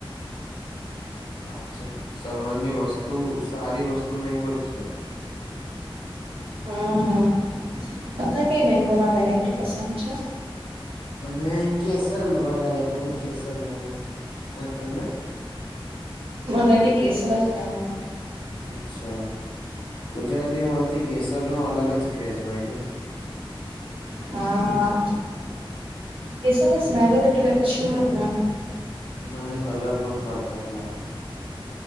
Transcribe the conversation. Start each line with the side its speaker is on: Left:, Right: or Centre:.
Left: સાચ છે સમાનની વસ્તુ સારી વસ્તુ મેગો જ છે.
Right: હમ્મ તમને કઈ મેગોમાં વેરાયટી પસંદ છે.
Left: મને કેસર વધારે ગમે કેસર મેગો અને તમને?
Right: મને ભી કેસર જ ગમે
Left: અચ્છા ગુજરાતી હોવાથી કેસર નો અલગ જ ક્રેઝ હોય ને.
Right: હા કેશરની સ્મેલજ એટલી અછી હોય ને.
Left: અને કલર પણ પરફેક્ટ લાગે